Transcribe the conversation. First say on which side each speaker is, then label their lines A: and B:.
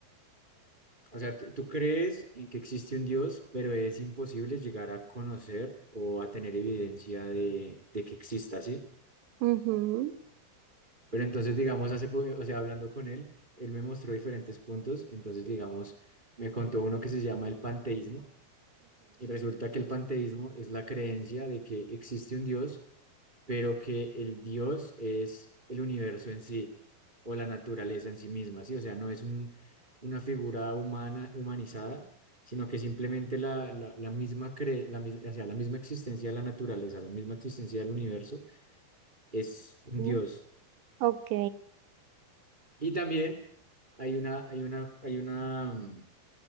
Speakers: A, on the right (about 30°); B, on the right (about 80°).
A: o sea, tú, tú crees en que existe un Dios, pero es imposible llegar a conocer o a tener evidencia de, de que exista, ¿sí?
B: Ujú,
A: Pero entonces, digamos, hace, po- o sea, hablando con él, él me mostró diferentes puntos, entonces, digamos, me contó uno que se llama el panteísmo, y resulta que el panteísmo es la creencia de que existe un Dios, pero que el Dios es el universo en sí o la naturaleza en sí misma, ¿sí? O sea, no es un- una figura humana, humanizada, sino que simplemente la, la, la misma cre- la, mis- o sea, la misma existencia de la naturaleza, la misma existencia del universo es un
B: ujú.
A: Dios.
B: Ok,
A: Y también hay una, hay una, hay una, mm,